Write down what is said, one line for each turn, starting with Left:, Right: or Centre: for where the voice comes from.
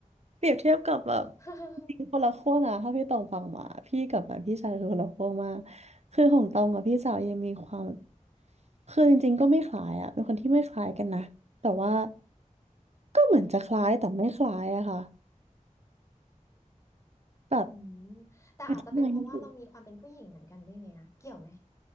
Right: เปรียบเทียบกับแบบ
Left: <laughs>
Right: จริงคนละขั้วนะถ้าพี่ตองฟังมาพี่กับแบบพี่ชายคือคนละขั้วมากคือของตองกับพี่สาวยังมีความคือจริงๆก็ไม่คล้ายอะเป็นคนที่ไม่คล้ายกันนะแต่ว่าก็เหมือนจะคล้ายแต่ไม่คล้ายอะค่ะแบบ
Left: อืมแต่อาจจะเป็นเพราะว่าเรามีความเป็นผู้หญิงเหมือนกันด้วยไหมนะเกี่ยวไหม
Right: อธิบายไม่ถูก